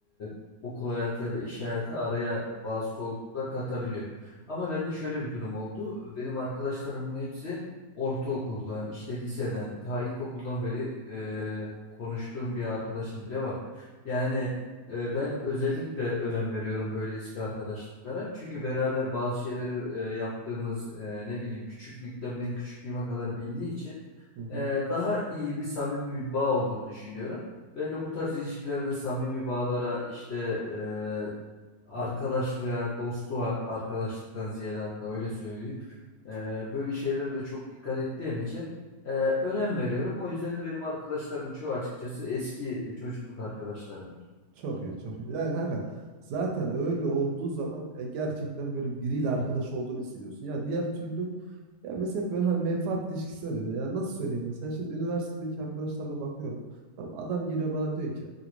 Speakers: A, on the left; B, on the right.
A: e, okul hayatı ya da iş hayatı araya bazı zorluklar katabiliyor. Ama bende şöyle bir durum oldu. Benim arkadaşlarımın hepsi ortaokuldan, işte liseden, ta ilkokuldan beri e, konuştuğum bir arkadaşım bile var. Yani e, Ben özellikle önem veriyorum böyle eski arkadaşlıklara. Çünkü beraber bazı şeyleri e, yaptığımız e, ne bileyim küçüklükten benim küçüklüğüme kadar bildiği için
B: Hı hı.
A: e, daha iyi bir samimi bir bağ olduğunu düşünüyorum. Ben de bu tarz ilişkilerde samimi bağlara işte e, arkadaşlığa, dostluğa, arkadaşlıktan ziyade hatta öyle söyleyeyim. E, Böyle şeylere de çok dikkat ettiğim için e, önem veriyorum. O yüzden de benim arkadaşlarım çoğu açıkçası eski e, çocukluk arkadaşlarımdır.
B: Çok iyi, çok iyi. Yani kanka zaten öyle olduğu zaman e, gerçekten böyle biriyle arkadaş olduğunu hissediyorsun. Ya diğer türlü ya mesela hep böyle hani menfaat ilişkisine dönüyor. Yani nasıl söyleyeyim mesela şimdi üniversitedeki arkadaşlarla bakıyorum. Tamam, adam geliyor bana diyor ki